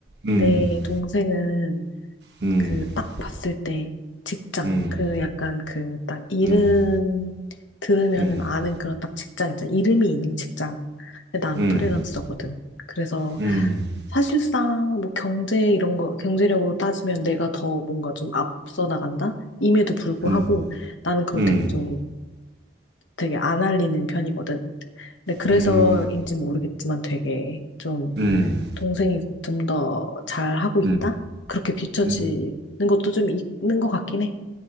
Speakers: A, on the right (about 60°); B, on the left (about 85°).
A: 음,
B: 내 동생은
A: 음,
B: 그 딱 봤을 때 직장
A: 음,
B: 그 약간 그 딱 이름
A: 음,
B: 들으면은
A: 음, 음,
B: 아는 그런 딱 직장 있잖아 이름이 있는 직장 근데 나는
A: 음,
B: 프리랜서거든
A: 음,
B: 그래서
A: 음, 음,
B: 사실상 뭐 경제 이런 거 경제력으로 따지면 내가 더 뭔가 좀 앞서 나간다 임에도 불구하고
A: 음,
B: 나는 그걸
A: 음,
B: 되게 좀 되게 안 알리는 편이거든 근데 그래서인지
A: 음,
B: 모르겠지만 되게 좀
A: 음,
B: 동생이 좀 더 잘하고 있다?
A: 음,
B: 그렇게 비춰지는
A: 음,
B: 것도 좀 있는 것 같긴 해.